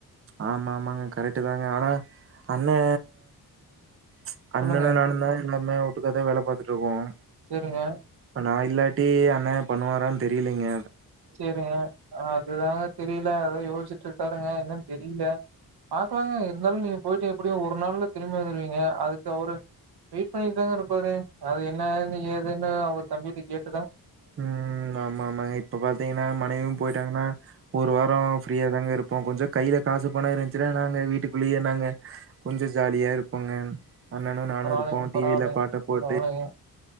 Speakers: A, on the right (about 35°); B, on the right (about 85°).
A: ஆமா ஆமாங்க கரெக்ட் தாங்க ஆனா அண்ணே ச் அண்ணனு
B: சொல்லுங்க
A: நானுந்தா எல்லாமே வூட்டுக்காத வேல பாத்துட்டு இருக்கோம்
B: செரிங்க
A: நான் இல்லாட்டி அண்ணே பண்ணுவாரான்னு தெரிலேங்க
B: செரிங்க அதுதாங்க தெரில அதான் யோசிச்சு ட்ருக்காருங்க என்னனு தெரில பாக்கலாங்க இருந்தாலும் நீங்க போய்ட்டு எப்டியும் ஒரு நாள்ல திரும்பி வந்துருவீங்க அதுக்கு அவரு வெயிட் பண்ணிட் தாங்க இருப்பாரு அது என்னாது ஏதுன்னு அவர் தம்பிட்ட கேட்
A: உம் ஆமா ஆமாங்க இப்ப பாத் தீங்கன்னா மனைவியும் போய்ட்டாங்கன்னா ஒரு வாரோ ஃப்ரீயா தாங்க இருப் போம் கொஞ்ச கைல காசு பணம் இருந்துச்சுன்னா நாங்க வீட்டுக்குள்ளேயே நாங்க கொஞ்சம் ஜாலியா இருப்போங்க அண்ணனும் நானும்
B: பரவாயில்லைங்க
A: இருப்போம் டி
B: பரவாயில்லைங்க
A: வில பாட்ட போட்டு
B: பரவாயில்லைங்க